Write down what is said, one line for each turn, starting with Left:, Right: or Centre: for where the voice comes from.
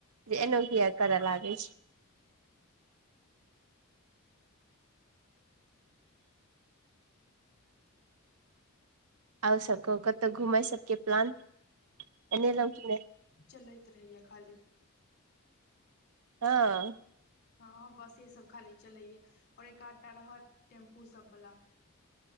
Right: जे एनो किया कर लागै छै। और सब कहु, कतहु घुमैय सबके प्लान बने लाउ कि नै।
Left: चल़ैत रहैया खाली।
Right: हँ।
Left: हँ बसे सब खाली चलैया, और एक-आधटा रहत टेम्पू सब वाला।